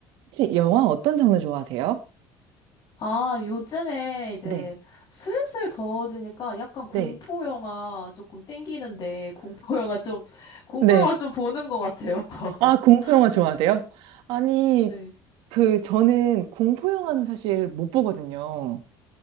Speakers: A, on the right; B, on the left.
A: 혹시 영화 어떤 장르 좋아하세요?
B: 아, 요즘에 이제
A: 네,
B: 슬슬 더워지니까 약간 공포
A: 네.
B: 영화 조금 땡기는데 공포 영화 좀 공포
A: 네.
B: 영화 좀 보는 것 같아요. <laughs>
A: 아, 공포 영화 좋아하세요? 아니,
B: 네.
A: 그, 저는 공포 영화는 사실 못 보거든요.